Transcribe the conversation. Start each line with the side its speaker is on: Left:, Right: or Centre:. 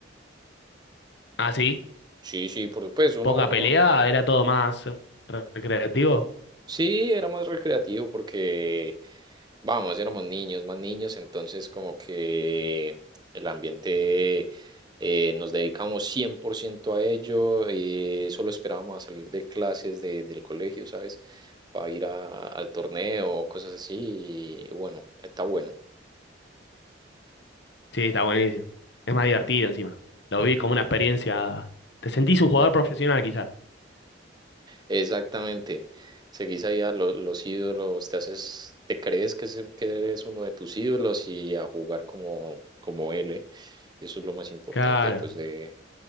Left: ah, sí,
Right: Sí, sí, porque pues uno,
Left: poca
Right: uno
Left: pelea, era todo más recreativo.
Right: Sí, era más recreativo porque, vamos, éramos niños, más niños, entonces como que el ambiente eh, nos dedicamos 100% a ello, eh, solo esperábamos a salir de clases de- del colegio, ¿sabes? Para ir a- al torneo o cosas así, y bueno, está bueno.
Left: Sí, está buenísimo. Es más divertido encima. Lo vi como una experiencia. Te sentís un jugador profesional quizás.
Right: Exactamente. Seguís ahí a lo- los ídolos, te haces, te crees que, se- que eres uno de tus ídolos y a jugar como, como él, ¿eh? Y eso es lo más importante,
Left: Claro.
Right: pues, de,